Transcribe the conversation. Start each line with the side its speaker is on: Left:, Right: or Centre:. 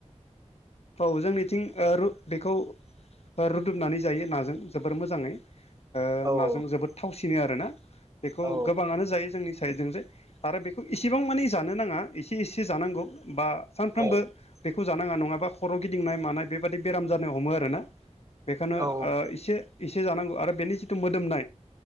Left: औ जोंनिथिं ओ रु बेखौ ओ रुदुमनानै जायो नाजों जोबोर मोजाङै ओ
Right: औ
Left: नाजों जोबोद थावसिनो आरो ना बेखौ
Right: औ
Left: गोबाङानो जायो जोंनि साइडजों जे आरो बेखौ इसेबां मानि जानो नाङा एसे एसे जानांगौ बा सानफ्रोमबो
Right: औ
Left: बेखौ जानाङा नङाबा खर' गिदिंनाय मानाय बेबायदि बेराम जानो हमो आरोना बेखौनो
Right: औ
Left: ओ एसे एसे जानांगौ आरो बेनि जिथु मोदोमनाय